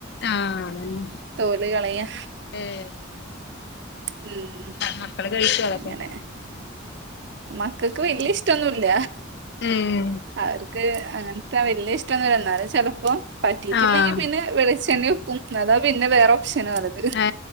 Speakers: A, on the left; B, on the right.
A: ആഹ് അതന്നെ
B: തോല് കളയാ
A: ഏഹ്
B: ഉം.
A: മക്കള് കഴിക്കെ അതൊക്കെ.
B: അങ്ങനെ മക്കൾക്ക് വല്യ ഇഷ്ടൊന്നുല്ല
A: ഏഹ്
B: അവർക്ക് അങ്ങനെ. വല്യ ഇഷ്ടംന്ന എന്നാലും ചെലപ്പോ പറ്റിയിട്ടില്ലെങ്കിൽ
A: ആഹ്
B: പിന്നെ വിളിച്ചെണം പ്പും അതാ പിന്നെ വേറെ ഓപ്ഷനാ അല്ലത
A: ഏ